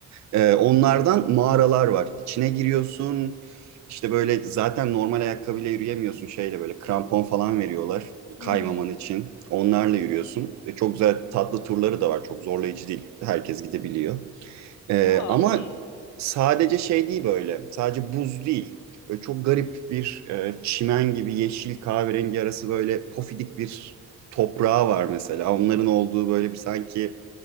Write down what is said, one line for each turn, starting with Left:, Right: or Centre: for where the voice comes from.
Right: Ee, onlardan mağaralar var. İçine giriyorsun. İşte böyle zaten normal ayakkabıyla yürüyemiyorsun şeyle böyle krampon falan veriyorlar
Left: Hmm.
Right: kaymaman için. Onlarla yürüyorsun. E, çok güzel tatlı turları da var. Çok zorlayıcı değil. Herkes gidebiliyor. Ee,
Left: Aa
Right: ama
Left: iyi.
Right: sadece şey değil böyle. Sadece buz değil. Böyle çok garip bir e, çimen gibi yeşil kahverengi arası böyle pofidik bir toprağı var mesela. Onların olduğu böyle bir sanki